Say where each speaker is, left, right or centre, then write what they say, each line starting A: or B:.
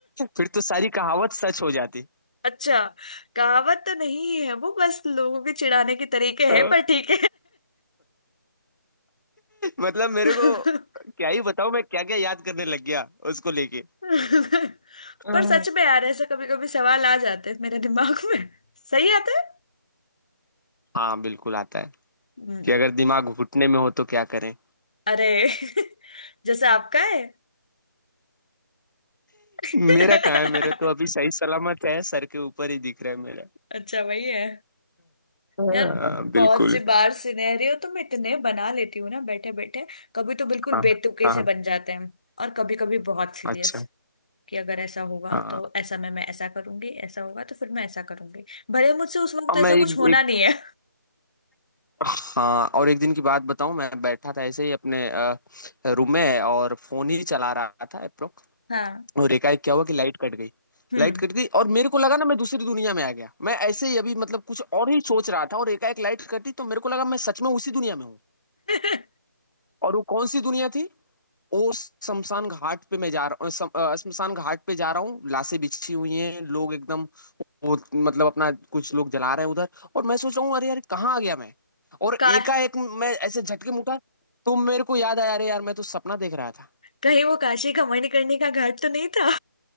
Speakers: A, on the left; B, on the left.
A: फिर तो सारी कहावत सच हो जाती
B: अच्छा कहावत तो नहीं है वो बस लोगों के चिढ़ाने के तरीके
A: अ,
B: हैं पर ठीक
A: मतलब मेरे
B: है
A: को क्या ही बताऊं मैं क्या क्या याद करने लग गया उसको लेके
B: <laughs>
A: हम्म,
B: पर सच में यार ऐसा कभी कभी सवाल आ जाते हैं मेरे दिमाग में सही आता है
A: हाँ बिल्कुल आता है
B: हम्म,
A: कि अगर दिमाग घुटने में हो तो क्या करें
B: अरे <laughs> जैसे आपका है <laughs>
A: मेरा कहाँ है मेरा तो अभी सही सलामत है सर के ऊपर ही दिख रहा है मेरा
B: अच्छा वही है
A: हाँ
B: यार
A: बिल्कुल
B: बहुत सी बार सिनेरियो तो मैं इतने बना लेती हूँ ना बैठे बैठे कभी तो बिल्कुल
A: हाँ
B: बेतुके
A: हाँ
B: से
A: हाँ,
B: बन जाते हैं और कभी कभी बहुत सीरियस
A: अच्छा
B: कि अगर ऐसा होगा
A: हाँ
B: तो ऐसा मैं मैं ऐसा करूंगी ऐसा होगा तो फिर मैं ऐसा करूंगी भले मुझसे उस वक्त
A: और
B: ऐसा
A: मैं
B: कुछ होना
A: एक
B: नहीं है
A: हाँ और एक दिन की बात बताऊं मैं बैठा था ऐसे ही अपने अ, रूम में और फोन ही चला रहा था एप्रो
B: हाँ
A: और एकाएक क्या हुआ कि लाइट कट गई
B: हम्म
A: लाइट कट गई और मेरे को लगा ना मैं दूसरी दुनिया में आ गया मैं ऐसे ही अभी मतलब कुछ और ही सोच रहा था और एकाएक लाइट कटी तो मेरे को लगा मैं सच में उसी दुनिया में हूँ
B: <laughs>
A: और वो कौन सी दुनिया थी वो शमशान घाट पे मैं जा रहा हूँ शमशान घाट पे जा रहा हूँ लाशें बिछी हुई हैं लोग एकदम वो मतलब अपना कुछ लोग जला रहे हैं उधर और मैं सोच रहा हूँ अरे यार कहाँ आ गया मैं और
B: का
A: एकाएक मैं ऐसे झटके में उठा तो मेरे को याद आया अरे यार मैं तो सपना देख रहा था
B: कहीं वो काशी का मणिकर्णिका का घाट तो नहीं था